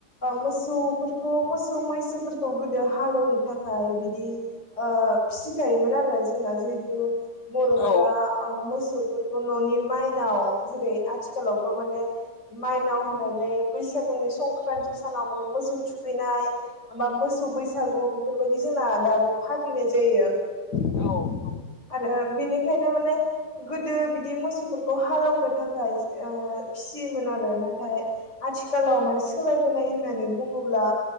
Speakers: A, on the left (about 45°); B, on the left (about 75°).
A: मोसौफोरखौ मोसौ मैसोफोरखौ गोदो हालौवनो थाखाय बिदि फिसिखायोमोन आरो जोंना जिहेथु, बर'फोरा
B: औ
A: ओ मोसौफोरखौ न'नि माइनाव जेरै आथिखालावबो माने माइनाव होननानै, बैसागुनि संक्रान्ति सानाव माने मोसौ थुखैनाय बा मोस मोसौ बैसागु
B: औ
A: बेफोरबायदि जोंना दाबो फालिनाय जायो।
B: औ
A: आरो बिनिखायनो माने गोदो बि बि मोसौफोरखौ हालौनो थाखाय ओ फिसियोमोन आरो नाथाय आथिखालाव माने सोलायबोनाय होननानै बुङो। अब्ला